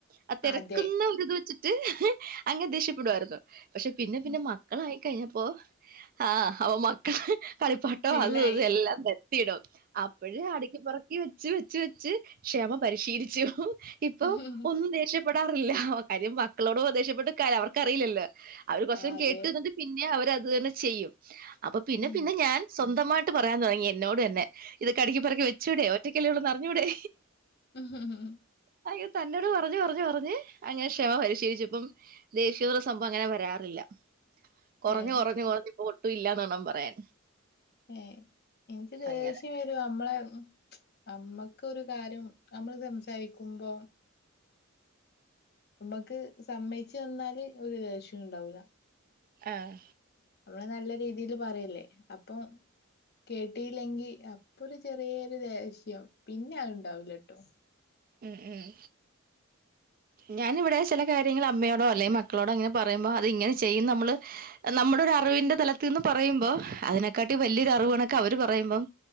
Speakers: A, on the right; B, on the left.
A: ആ തിരക്കുന്ന
B: അതെ
A: ഒരു ഇത് വെച്ചിട്ട് അങ്ങനെ ദേഷ്യപ്പെടുമായിരുന്നു പക്ഷെ പിന്നെ
B: ഉം
A: പിന്നെ മക്കളായി കഴിഞ്ഞപ്പോ ആഹ അവപ്പ മക്കൾ കളിപ്പാട്ടം
B: ശീലായി
A: അതും അത് എല്ലാം ത്തിടും അപ്പോഴ അടക്ക് പെറു ക്കി വെച്ച് വെച്ച് വെച്ച് ക്ഷമ പരിശീലിച്ചു ഇപ്പൊ
B: ആഹ്
A: ഒന്നും ദേഷ്യപ്പെടാറില്ല കാര്യം മക്കളോടും ദേഷ്യപ്പെട്ടാര് അവർക്കറിയില്ലല്ല അവർ കുസം
B: അതെ
A: കേട്ടന്നിട്ട് പിന്നെ അവരത് തന്നെ ചെയ്യും അപ്പൊ പിന്നെ
B: ഉം
A: പിന്നെ ഞാൻ സ്വന്തമായിട്ട് പറയാൻ തുടങ്ങി എന്നോട് തന്നെ ഇതൊക്കെടക്ക്ിറക്കി വെച്ചൂവിടേ ഒറ്റയ്ക്കല്ലള്ളന്ന് അറിഞ്ഞൂടേ
B: ഉം ഉം ഉ
A: അ തന്നോട് പറഞ്ഞഞ് പറഞ്ഞഞ് പറഞ്ഞ് അങ്ങനെ ക്ഷമ പരിശീലിച്ചു ഇപ്പം ദേശീയപൃ സംഭവം അങ്ങനെ വരാറില്ല കുറഞ്ഞ്
B: ഏഹ്
A: കുറഞ്ഞ് കുറഞ്പ്പോ ഒട്ടും ഇല്ലന്ന്ണം പറയാൻ
B: ഏ എനിക്ക് ദേഷ്യം
A: അങ്ങനെ.
B: വരും നമ്മളെ അമ്മക്ക്ൊ ഒരു കാര്യം നമ്മള് സംസാരിക്കുമ്പോ നമ്മക്ക് സമ്മതിച്ചു ത ന്നാല് ഒരു ദേ സിം ഉണ്ടാവൂല
A: ആഹ
B: നമ്മള് നല്ല രീതിൽ പറയല്ലേ അപ്പം കേട്ടിയില്ലെങ്കി ഇപ്പൊ ഒരു ചെറിയൊരു ദേഷ്യം പിന്നെ അ ഉണ്ടാവൂല ട്ടോ
A: ഉം ഉം ഞാനിവിടെ ചില കാര്യങ്ങൾ അമ്മയോടോ അല്ലെ മക്കളോടോ അങ്ങനെ പറയുമ്പോ അത് ഇങ്ങനെ ചെയ്യും നമ്മള് നമ്മുടെ ഒരു അറിവിന്റെ തലത്തിൽ നിന്ന് പറയുമ്പോ അതിനെക്കാട്ടി വലിയൊരു അറിവ്ണൊക്കെ അവര് പറയുമ്പോം